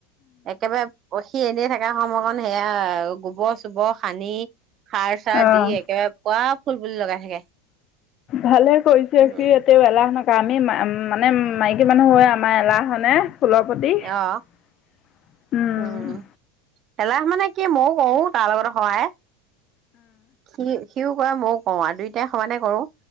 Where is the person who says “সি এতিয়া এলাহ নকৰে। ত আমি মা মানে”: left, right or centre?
Left